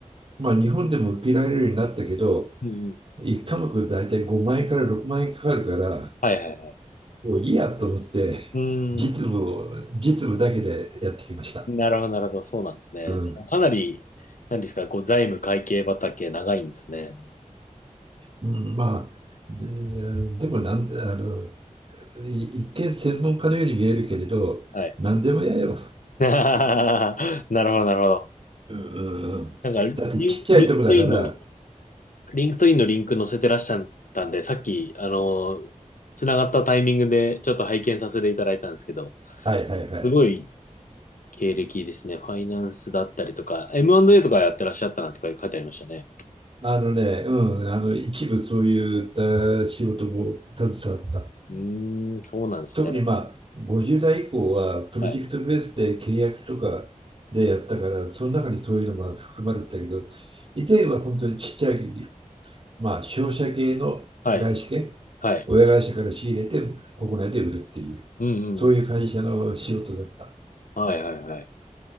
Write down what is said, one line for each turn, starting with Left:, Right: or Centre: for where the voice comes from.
Right: う、まあ、日本でも受けられるようになったけど、
Left: うんうん。
Right: 1科目大体5万円から6万円かかるから、
Left: はいはいはい。
Right: もういいやと思って、
Left: うーん。
Right: 実務を、実務だけでやってきました。
Left: なるほど、なるほど。そうなんですね。
Right: うん。
Left: かなり、なんですか、こう、財務会計畑長いんですね。
Right: うんまあ、うんでもなん、あの、い一見専門家のように見えるけれど、
Left: はい。
Right: 何でもやよ。
Left: <laughs> なるほど、なるほど。
Right: うんうんうん。
Left: なんか、
Right: だってちっちゃいとこだから、
Left: リンリンクトインの、リンクトインのリンク載せてらっしゃったんで、さっき、あの、つながったタイミングでちょっと拝見させていただいたんですけど、
Right: はいはいはい。
Left: すごい経歴ですね。ファイナンスだったりとか、M&A とかやってらっしゃったなんて書いてありましたね。
Right: あのね、うん、あの一部そういうた仕事も携わった。
Left: うーん、そうなんですね。
Right: 特にまあ50代以降はプロジェクトベースで契約とかでやったから、
Left: はい。
Right: その中にそういうのも含まれてたけど、以前は本当にちっちゃい、まあ、商社系の外資系、
Left: はい。はい。
Right: 親会社から仕入れて国内で売るっていう、
Left: うんうんうん。
Right: そういう会社の仕事だった。
Left: はいはいはい。